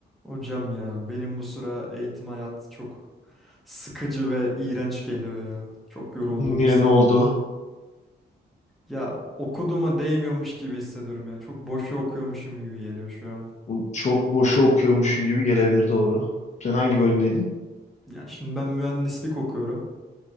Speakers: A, in the centre; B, on the left.
A: Hocam ya benim bu sıra eğitim hayatı çok sıkıcı ve iğrenç geliyor ya. Çok yorulduğumu
B: Niye
A: hissediyorum.
B: ne oldu?
A: Ya okuduğuma değmiyormuş gibi hissediyorum ya. Çok boşu okuyormuşum gibi geliyor şu an.
B: Bu Çok boşu okuyormuşsun gibi gelebilir doğru. Sen hangi bölümdeydin?
A: Ya şimdi ben mühendislik okuyorum.